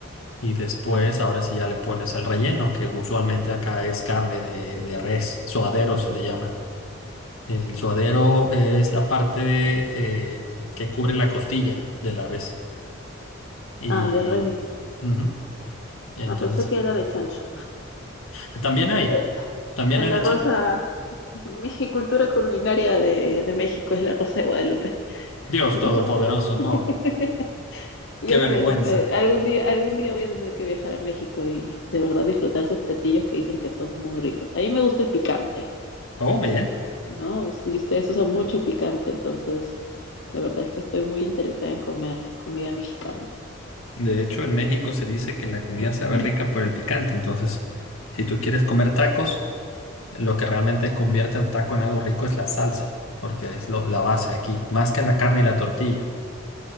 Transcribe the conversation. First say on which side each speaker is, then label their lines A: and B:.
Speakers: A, on the left; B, on the left.
A: Y después, ahora sí ya le pones el relleno, que usualmente acá es carne de, de res, suadero se le llama. El suadero es la parte eh, que cubre la costilla de la res. Y
B: Ah, de res.
A: ujú, entonces,
B: Ah, pensé que era de chancho.
A: eh, también hay,
B: Eh,
A: también
B: en
A: hay
B: la
A: de
B: rosa,
A: cha-
B: <laughs> mi cultura culinaria de, de México es la rosa de Guadalupe, <laughs>
A: Dios
B: ¿no?
A: todopoderoso, no,
B: <laughs> Yo
A: qué vergüenza.
B: sé, no sé. Algún día, algún día voy a tener que viajar a México y de verdad disfrutar sus platillos que dicen que son muy ricos. A mí me gusta el picante,
A: Oh, bien.
B: ¿no? Us- Y ustedes usan mucho el picante, entonces La verdad es que estoy muy interesada en comer comida mexicana.
A: De hecho, en México se dice que la comida
B: <clears throat>
A: sabe rica por el picante. Entonces, si tú quieres comer tacos, lo que realmente convierte al taco en algo rico es la salsa, porque es lo- la base aquí, más que la carne y la tortilla.